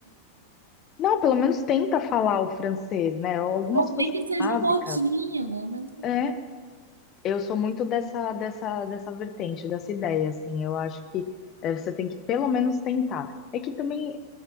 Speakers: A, on the left; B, on the right.
A: Não, pelo menos tenta falar o francês, né? Algumas
B: ou
A: coisas
B: nem que seja
A: básicas.
B: um pouquinho. Uhum.
A: É. Eu sou muito dessa, dessa, dessa vertente, dessa ideia, assim. Eu acho que eh, você tem que pelo menos tentar. É que também